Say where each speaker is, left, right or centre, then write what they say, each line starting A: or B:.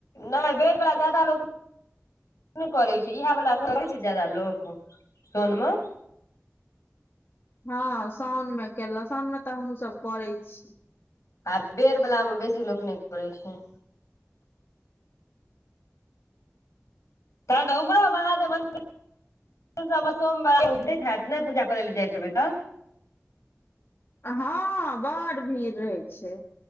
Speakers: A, on the left; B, on the left.
A: नहि बेर बला जादा लोक नहि करै छै इहा बला करे छै जादा लोक सोनमे
B: हँ साउओनमे केलक साउनमे तऽ हमहूँ सब करै छी
A: आ बेर वला मऽ बेसी लोक नहि करै छै ते नऽ ओहमरो मंदिर सब मऽ सोमवारी में भिड़ हेयत नहि पूजा करै ल जाइतबै तऽ
B: हँं बड़ भीड़ रहे छै